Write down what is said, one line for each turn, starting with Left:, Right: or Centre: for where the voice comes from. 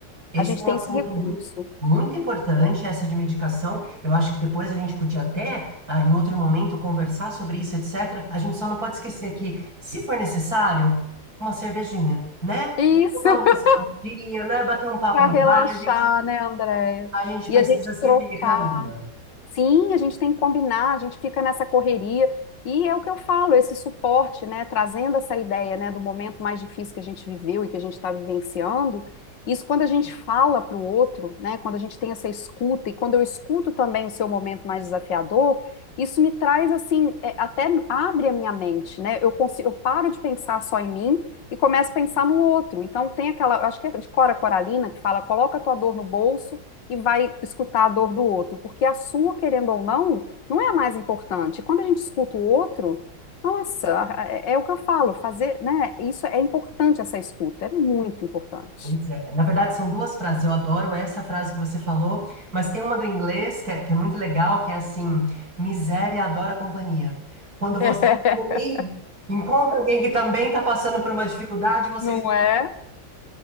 Right: Esse
Left: a gente
Right: é um
Left: tem
Right: assunto
Left: esse recurso.
Right: muito, muito importante, essa de medicação. Eu acho que depois a gente podia até, ah, em outro momento, conversar sobre isso, etc. A gente só não pode esquecer que, se for necessário, uma cervejinha, né?
Left: Isso,
Right: Tomar uma
Left: <laughs>
Right: cervejinha, né? Bater um papo
Left: para
Right: no
Left: relaxar,
Right: bar, a gente,
Left: né, Andréia?
Right: a gente precisa
Left: E a gente
Right: se
Left: trocar.
Right: ver, Karina.
Left: Sim, a gente tem que combinar, a gente fica nessa correria. E é o que eu falo, esse suporte, né, trazendo essa ideia, né, do momento mais difícil que a gente viveu e que a gente está vivenciando, isso quando a gente fala para o outro, né, quando a gente tem essa escuta e quando eu escuto também o seu momento mais desafiador, isso me traz assim, é, até abre a minha mente, né? Eu consigo, eu paro de pensar só em mim e começo a pensar no outro. Então tem aquela, eu acho que é de Cora Coralina que fala, coloca a tua dor no bolso e vai escutar a dor do outro, porque a sua, querendo ou não, não é a mais importante. Quando a gente escuta o outro, nossa, a- é, é o que eu falo, fazer, né? Isso é importante, essa escuta, é muito importante.
Right: Pois é. Na verdade, são duas frases. Eu adoro essa frase que você falou, mas tem uma do inglês que é, que é muito legal, que é assim: miséria adora companhia. Quando
Left: <laughs>
Right: você também encontra alguém que também está passando por uma dificuldade, vocês.
Left: Não é?